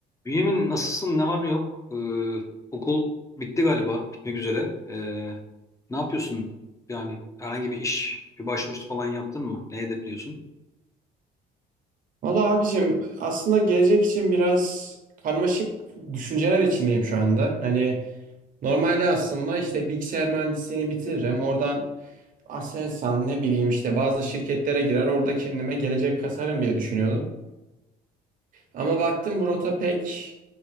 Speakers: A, on the left; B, on the right.
A: Bünyamin nasılsın? Ne var ne yok? Ee, okul bitti galiba. Bitmek üzere. Ee, ne yapıyorsun? Yani herhangi bir iş, bir başvurusu falan yaptın mı? Ne hedefliyorsun?
B: Valla abicim aslında gelecek için biraz karmaşık düşünceler içindeyim şu anda. Hani normalde aslında işte bilgisayar mühendisliğini bitiririm. Oradan Aselsan ne bileyim işte bazı şirketlere girer orada kendime gelecek kasarım diye düşünüyordum. Ama baktım bu rota pek